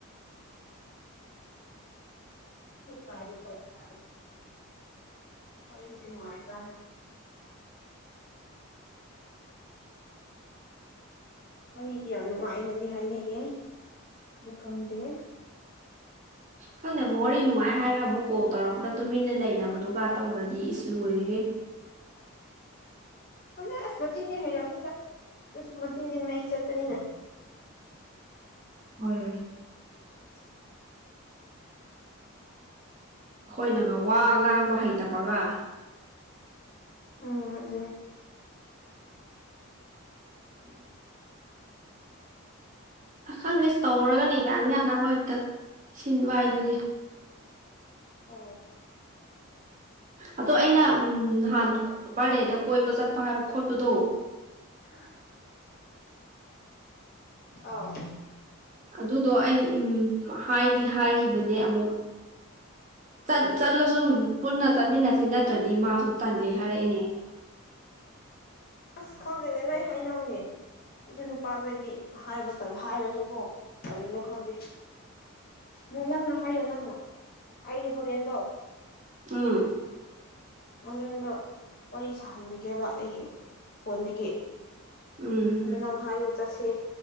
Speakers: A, on the right; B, on the left.
A: <unintelligible>
B: ꯇꯥꯏ ꯇ ꯇꯥꯔ ꯑꯣꯁꯦ ꯋꯥꯔꯄ ꯋꯥꯔꯤꯗꯤ ꯌꯥꯝ ꯅꯨꯡꯉꯥꯏꯅꯗꯤ ꯍꯥꯏꯅꯩꯌꯦ ꯑꯗꯨ ꯈꯪꯗꯦ
A: ꯈꯪꯗꯕ ꯍꯣꯔ ꯅꯨꯡꯉꯥꯏ ꯍꯥꯏꯔꯒ ꯑꯃꯨꯛ ꯀꯣꯜ ꯇꯧꯔꯛꯄꯗ ꯇꯨꯃꯤꯟꯅ ꯂꯩꯅꯕꯗꯨꯒ ꯇꯧꯔꯗꯤ ꯏꯁ ꯂꯣꯏꯔꯦꯈꯦ <unintelligible>
B: ꯍꯅ ꯑꯁꯃꯆꯤꯟꯅꯦ ꯍꯥꯏꯔꯅꯤꯒ ꯑꯗꯨꯁꯨ ꯃꯆꯤꯟꯗꯤ ꯃꯩ ꯆꯠꯄꯅꯤꯅ
A: ꯍꯣꯏ
B: <unintelligible>
A: ꯑꯩꯈꯣꯏꯅꯒ ꯋꯥ ꯉꯥꯡꯕ ꯍꯩꯇꯕꯒ
B: ꯎꯝ ꯑꯗꯨꯅꯦ ꯎꯝ
A: ꯑꯈꯪꯗꯦꯁ ꯇꯧꯔꯒꯅꯤ ꯌꯥꯟ ꯌꯥꯅꯕ ꯍꯦꯛꯇ ꯁꯤꯟꯕ ꯍꯥꯏꯗꯨꯗꯤ
B: ꯑ
A: ꯑꯗꯣ ꯑꯩꯅ ꯅꯍꯥꯟ ꯕꯥꯔꯗꯦꯗ ꯀꯣꯏꯕ ꯆꯠꯄ ꯍꯥꯏꯕ ꯈꯣꯠꯄꯗꯣ
B: ꯍ ꯑꯝ
A: ꯑꯗꯨꯗꯣ ꯑꯩ ꯎꯝ ꯍꯥꯏꯗꯤ ꯍꯥꯏꯈꯤꯕꯅꯦ ꯑꯕ ꯆ ꯆꯜꯂ ꯁꯣ ꯄꯨꯟꯅ ꯆꯠꯃꯤꯟꯅꯁ ꯅꯠꯇ꯭ꯔꯗꯤ ꯃꯥꯁꯨ ꯇꯜꯂꯦ ꯍꯥꯏꯔꯛꯏꯅꯦ
B: ꯑꯁ ꯈꯪꯗꯦꯅꯦ ꯅꯣꯏ ꯍꯥꯏꯅꯧꯅꯦ ꯑꯗꯨ ꯅꯨꯄꯥꯗꯗꯤ ꯍꯥꯏꯕ ꯃꯇꯝ ꯍꯥꯏꯔꯁꯨꯀꯣ ꯀꯔꯤꯅꯣ ꯈꯪꯗꯦ ꯎꯝ ꯅꯪꯅ ꯍꯥꯏꯌꯣ ꯅꯪꯅ ꯑꯩ ꯍꯣꯔꯦꯟꯗꯣ
A: ꯎꯝ
B: ꯃꯣꯔꯦꯟꯗꯣ ꯋꯥꯔꯤ ꯁꯥꯍꯟꯕꯤꯒꯦꯕ ꯑꯩꯒꯤ ꯐꯣꯟꯗꯒꯤ
A: ꯎꯝ ꯎꯝ
B: ꯅꯘꯔ ꯆꯁꯤꯦ